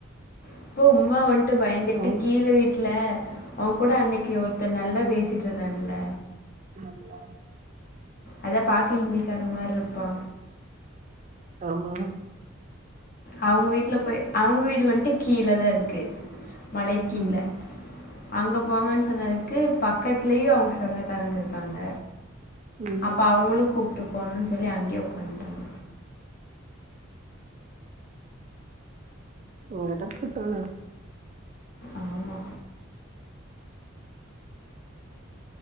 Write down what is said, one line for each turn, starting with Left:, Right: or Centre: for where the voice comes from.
Left: இப்போ உம்மா வந்ட்டு பயந்துட்டு
Right: ம்
Left: கீழ வீ ட்ல உங்கூட அன்னைக்கி ஒருத்தங் நல்லா பேசிட்ருந்தாங்கல
Right: ஆமா
Left: அத பாக்க ஹிந்திக்கார மாருப்பா
Right: ஆமா
Left: அவுங்க வீட்ல போய் அவுங்க வீடு வந்ட்டு கீழதா இருக்கு மலைக்கீழ
Right: ம்
Left: அங்க போங்கன் சொன்னதுக்கு பக்கத்துலயு அவுங் சொந்தக்காரங்க இருக்காங்க
Right: ம்
Left: அப்போ அவுங்களு கூப்ட்டு போணுன் சொல்லி அங்யே உக்காந்ட்டாங்க
Right: ஒ எடப்புத்தான
Left: ஆமா